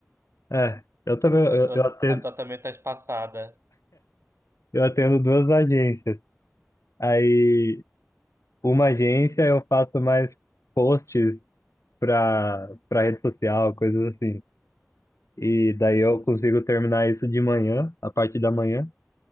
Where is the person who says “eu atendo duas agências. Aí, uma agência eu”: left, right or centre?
Left